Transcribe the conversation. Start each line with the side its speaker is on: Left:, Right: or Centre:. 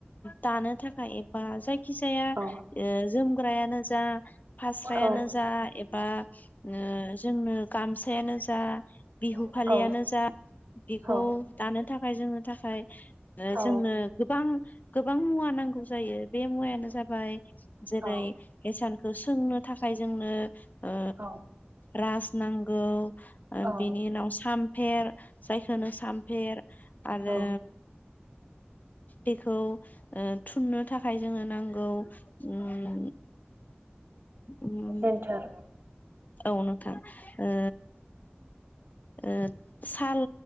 Left: दानो थाखाय एबा जायखिजाया
Right: औ
Left: ओ जोमग्रायानो जा फास्रायानो
Right: औ
Left: जा एबा ओ जोंनो गामसायानो जा बिहु
Right: औ
Left: फालियानो जा बेखौ
Right: औ
Left: दानो थाखाय जोमनो थाखाय ओ
Right: औ
Left: जोंनो गोबां गोबां मुवा नांगौ जायो। बे मुवायानो जाबाय जेरै
Right: औ
Left: हेसानखौ सोंनो थाखाय जोंनो ओ
Right: औ
Left: राज नांगौ ओ
Right: औ
Left: बिनि उनाव साम फेर जायखो होनो सामफेर आरो
Right: औ
Left: बेखौ ओ थुननो थाखाय जोंनो नांगौ उम उम
Right: जेनथोर
Left: औ नोंथां ओ ओ साल